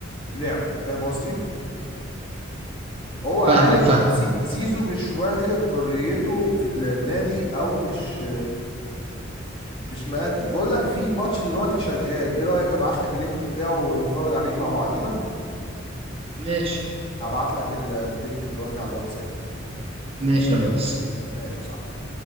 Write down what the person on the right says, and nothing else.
فاهمك فاهمك
ماشي
ماشي يا ريس